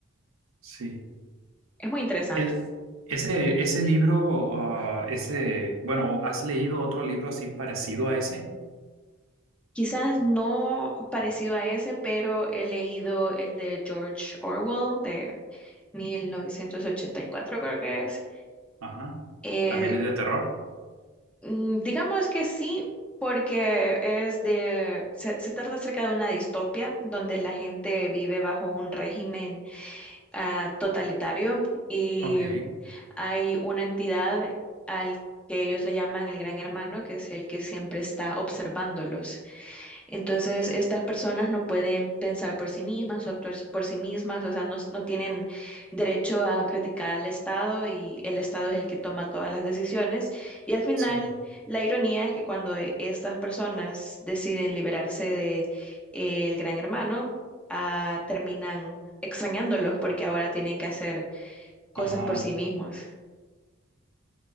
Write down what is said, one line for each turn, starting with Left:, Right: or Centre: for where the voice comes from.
Right: Sí.
Centre: es muy interesante.
Right: Es- ese, ese libro, ah, ese, bueno, ¿has leído otro libro así parecido a ese?
Centre: Quizás no parecido a ese, pero he leído el de George Orwell de 1984, creo que es.
Right: Ajá.
Centre: Eh,
Right: ¿También es de terror?
Centre: mm, digamos que sí, porque es de, se, se trata acerca de una distopia donde la gente vive bajo un régimen ah, totalitario y
Right: Ok,
Centre: hay una entidad al que ellos le llaman el Gran Hermano, que es el que siempre está observándolos. Entonces, estas personas no pueden pensar por sí mismas o actuar por sí mismas, o sea, no, no tienen derecho a criticar al Estado y el Estado es el que toma todas las decisiones. Y al final,
Right: sí.
Centre: la ironía es que cuando eh, estas personas deciden liberarse de eh, el Gran Hermano, ah, terminan extrañándolos porque ahora tienen que hacer cosas
Right: Ajá.
Centre: por sí mismos.